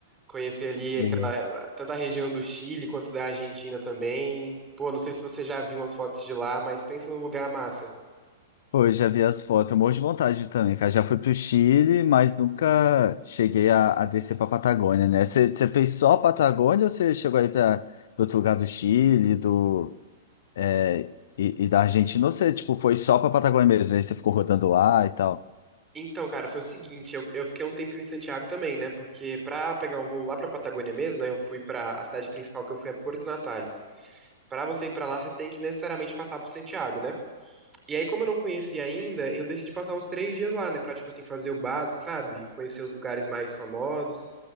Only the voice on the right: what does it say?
Conheci ali
aquela, tanto a região do Chile quanto da Argentina também. Pô, não sei se você já viu umas fotos de lá, mas pensa num lugar massa.
Então, cara, foi o seguinte, eu, eu fiquei um tempinho em Santiago também, né? Porque pra pegar um voo lá pra Patagônia mesmo, né? Eu fui pra, a cidade principal que eu fui é Porto Natales. Pra você ir pra lá, você tem que necessariamente passar por Santiago, né? E aí, como eu não conhecia ainda, eu decidi passar uns três dias lá, né? Pra, tipo assim, fazer o básico, sabe? Conhecer os lugares mais famosos.